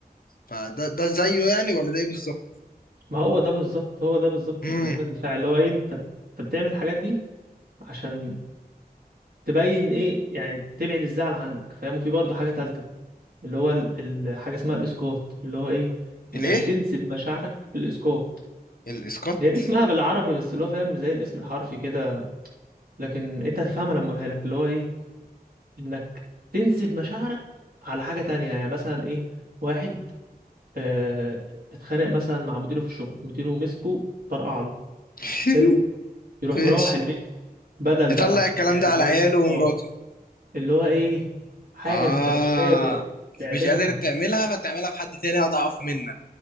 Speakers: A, on the left; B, on the right.
A: فده ده زيه يعني ولا ده ايه بالظبط
B: ما هو ده بالظبط هو ده بالظبط
A: امم
B: ميكانيزمات الدفاع اللي هو ايه انت انت بتعمل الحاجات دي عشان تبين ايه يعني تبعد الزعل عنك فاهم وفي برضه حاجه ثالثه اللي هو ال- ال- حاجه اسمها الاسقاط اللي هو ايه انك
A: الايه
B: تنسب مشاعرك للاسقاط
A: الاسقاط
B: هي دي اسمها بالعربي بس اللي هو فاهم زي الاسم الحرفي كده لكن انت هتفهمها لما اقولها لك اللي هو ايه انك تنسب مشاعرك على حاجة تانية يعني مثلا ايه واحد اه اتخانق مثلا مع مديره في الشغل مديره مسكه طرقع له
A: <laughs>
B: حلو يروح
A: ماشي
B: مروح البيت بدل
A: يطلع
B: بقى
A: الكلام
B: يعني
A: ده
B: اللي
A: على
B: هو
A: عياله
B: ايه
A: ومراته
B: اه اللي هو ايه حاجة
A: اه
B: انت مش قادر تعملها
A: مش قادر تعملها فتعملها في حد تاني اضعف منك